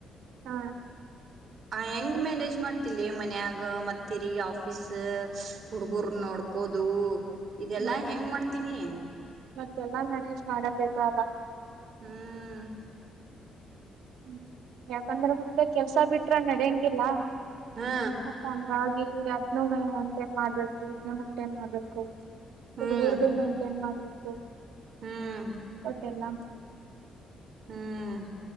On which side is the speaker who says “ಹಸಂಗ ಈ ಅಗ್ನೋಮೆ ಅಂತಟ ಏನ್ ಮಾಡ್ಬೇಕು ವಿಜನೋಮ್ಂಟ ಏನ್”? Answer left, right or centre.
Right